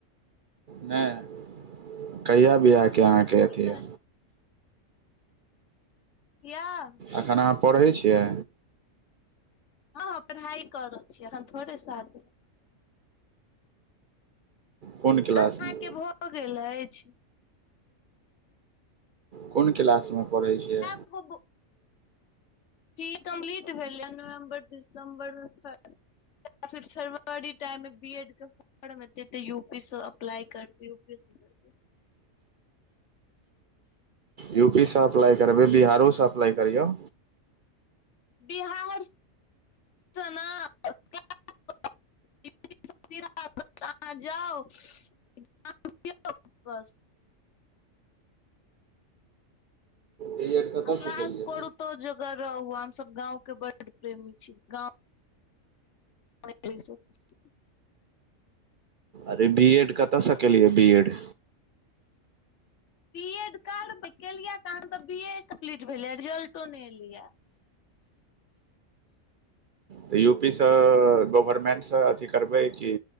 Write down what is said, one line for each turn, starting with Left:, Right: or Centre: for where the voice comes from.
Right: नहि कहिया बियाहके अहाँके अथी
Left: की कहलियै
Right: यै।
Left: बियाह।
Right: एखन अहाँ पढ़ै छियै।
Left: हँ हँ पढ़ाइ करय छियै अखन थोड़े शादी।
Right: कोन क्लासमे
Left: अहाँके भऽ गेल अछि।
Right: कोन क्लासमे पढ़ैत छियै।
Left: ह <unintelligible> <unintelligible> कम्प्लीट भेलै नवम्बर दिसम्बरमे या फिर फरवरी टाइम मे बी एड के पर एत तऽ यू -पीसँ अप्लाय करब यू-पीसँ करब।
Right: यू -पी सँ अप्लाइ करबै बिहारोसँ अप्लाइ करियौ।
Left: बिहारसँ ना <unintelligible> <inaudible> अहाँ जाउ एग्जाम दिऔ बस।
Right: बी एड कतयसँ
Left: आ क्लास
Right: केलियै
Left: करुतो जगह रहु हमसब गाँवके बड प्रेमी छी गाँव <unintelligible>
Right: अरे बी-एड कतऽसँ केलियै बी-एड।
Left: बी-एड करबै केलियै कहाँ अखन तऽ बी-ए कम्प्लीट भेलैयै रिजल्टो नहि एलियै।
Right: तऽ य- पी सँ गवर्मेन्टसँ अथी करबै कि